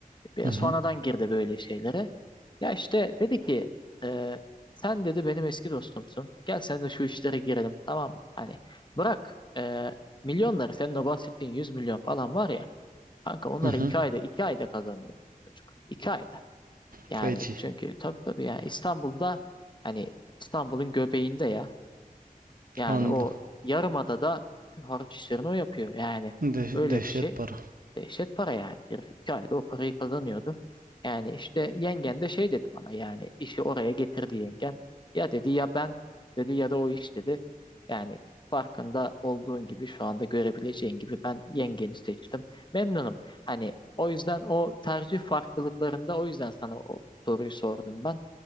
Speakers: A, on the left (about 30°); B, on the right (about 70°).
A: Bir
B: hı hı,
A: sonradan girdi böyle şeylere. Ya işte dedi ki e, sen dedi benim eski dostumsun. Gel sen de şu işlere girelim tamam mı? Hani bırak e, milyonları senin o bahsettiğin 100 milyon falan var ya. Kanka onları
B: hı hı.
A: iki ayda iki ayda kazanıyor çocuk. İki ayda. Yani
B: Feci.
A: çünkü tabii tabii ya İstanbul'da hani İstanbul'un göbeğinde ya yani
B: Anladım.
A: o yarımadada bütün harç işlerini o yapıyor. Yani
B: De
A: öyle
B: dehşet
A: bir şey.
B: para.
A: Dehşet para yani. Herif iki ayda o parayı kazanıyordu. Yani işte yengen de şey dedi bana yani işi oraya getirdi yengen. Ya dedi ya ben dedi ya da o iş dedi. Yani farkında olduğun gibi şu anda görebileceğin gibi ben yengeni seçtim. Memnunum. Hani o yüzden o tercih farklılıklarında o yüzden sana o soruyu sordum ben.